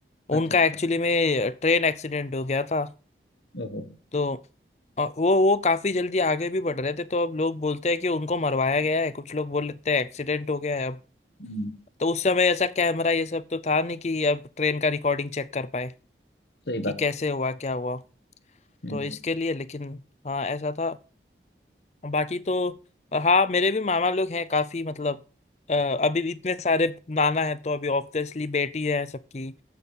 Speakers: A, on the left; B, on the left.
A: अच्छा
B: उनका
A: अच्छा
B: एक्चुअली में ट्रेन एक्सीडेंट हो गया था
A: ओहो
B: तो अ, वो वो काफी जल्दी आगे भी बढ़ रहे थे तो अब लोग बोलते हैं कि उनको मरवाया गया है कुछ लोग बोल लेते हैं एक्सीडेंट हो गया है अब
A: हम्म
B: तो उस समय ऐसा कैमरा ये सब तो था नहीं कि अब ट्रेन का रिकॉर्डिंग चेक कर पाए
A: सही बात
B: कि कैसे
A: है
B: हुआ क्या हुआ
A: हम्म
B: तो इसके
A: हम्म,
B: लिए लेकिन हाँ ऐसा था बाकी तो अ, हाँ मेरे भी मामा लोग हैं काफी मतलब अ, अभी भी इतने सारे नाना है तो अभी ऑब्वियसली बेटी है सबकी